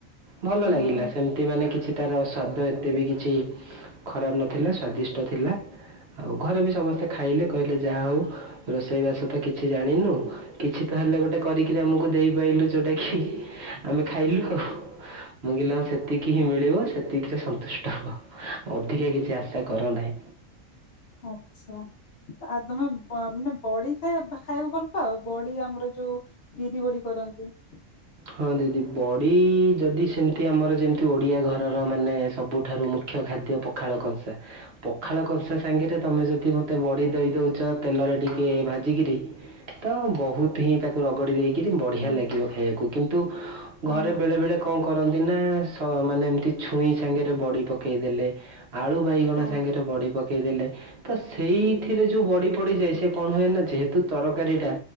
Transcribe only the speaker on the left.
ହୁଁ
ହୁଁ
ଆଛା। ଆଉ ତମେ ମାନେ ବଡି ଖାଇ ଖାଇବାକୁ ଭଲ ପାଅ? ବଡି ଆମର ଯୋଉ ବିରି ବଡି କର <unintelligible>
ହୁଁ
ହୁଁ
ହଁ
ହଁ